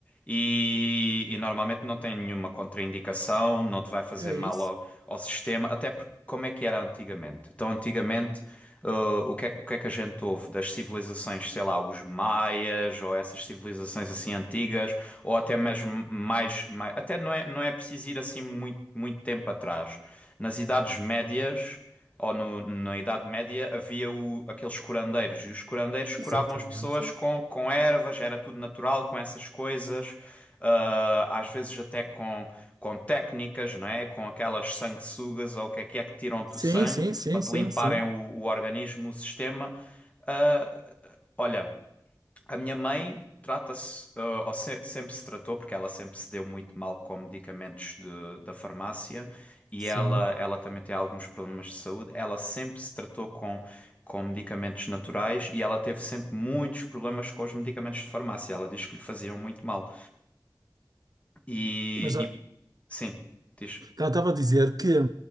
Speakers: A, on the left (about 20°); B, on the right (about 55°).
A: e, e normalmente não tem nenhuma contraindicação, não te vai fazer
B: É
A: mal
B: isso.
A: ao, ao sistema, até porque como é que era antigamente? Então, antigamente, eh, o que é, que o que é que a gente ouve das civilizações, sei lá, os maias ou essas civilizações assim antigas, ou até mesmo mais, mais até não é, não é preciso ir assim muito, muito tempo atrás. Nas Idades Médias ou no- na Idade Média, havia o- aqueles curandeiros, e os curandeiros curavam
B: Exatamente.
A: as pessoas com, com ervas, era tudo natural, com essas coisas, ah, às vezes até com, com técnicas, não é? Com aquelas sanguessugas, ou o que é que é que tiram-te
B: Sim,
A: o sangue,
B: sim, sim,
A: para te
B: sim,
A: limparem
B: sim,
A: o, o organismo, o sistema. Ah, olha... A minha mãe trata-se, ah, ou se- sempre se tratou, porque ela sempre se deu muito mal com medicamentos de- da farmácia e
B: sim.
A: ela, ela também tem alguns problemas de saúde. Ela sempre se tratou com, com medicamentos naturais e ela teve sempre muitos problemas com os medicamentos de farmácia. Ela diz que lhe faziam muito mal. E,
B: Mas ah,
A: e- sim, diz.
B: então, estava a dizer que